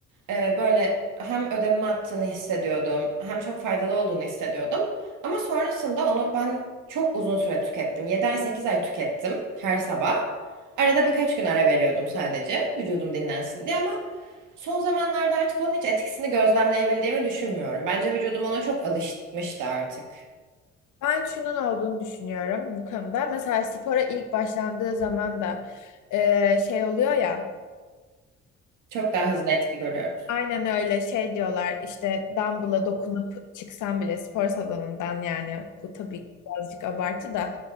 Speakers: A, on the right (about 85°); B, on the left (about 80°).
A: Ee, böyle hem ödevimi attığını hissediyordum hem çok faydalı olduğunu hissediyordum. Ama sonrasında onu ben çok uzun süre tükettim. yedi ay 8 ay tükettim her sabah. Arada birkaç gün ara veriyordum sadece vücudum dinlensin diye ama son zamanlarda artık onun hiç etkisini gözlemleyebildiğimi düşünmüyorum. Bence vücudum ona çok alışmıştı artık.
B: Ben şunun olduğunu düşünüyorum bu konuda. Mesela spora ilk başlandığı zaman da e, şey oluyor ya
A: Çok daha hızlı etki görüyorum.
B: Aynen öyle şey diyorlar işte dumbbell'a dokunup çıksan bile spor salonundan yani bu tabii birazcık abartı da